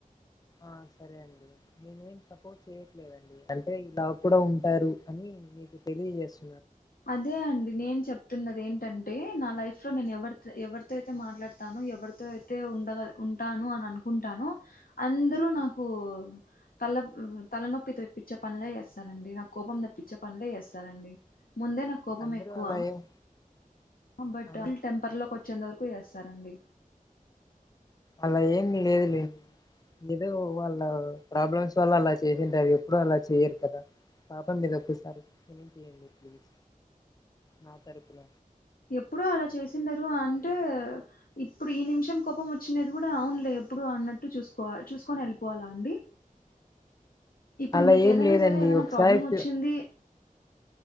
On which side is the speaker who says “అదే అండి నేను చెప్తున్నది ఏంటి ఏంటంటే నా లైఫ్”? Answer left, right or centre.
Left